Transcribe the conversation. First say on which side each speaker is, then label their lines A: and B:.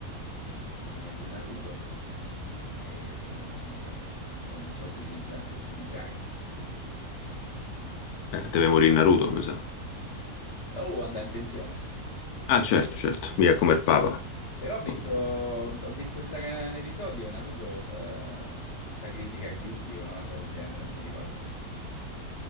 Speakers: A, on the left (about 55°); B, on the left (about 80°).
A: di Ne- di Naruto e, e non so se diventerà il prossimo Kage.
B: Eh, deve morire Naruto, mi sa.
A: Oh, andrà in pensione.
B: Ah, certo, certo. Mica come il Papa.
A: Però ho visto,
B: Poi-
A: ho visto, mi sa che in un episodio Naruto sa- sacrifica Kyuubi o una cosa del genere, non mi ricordo.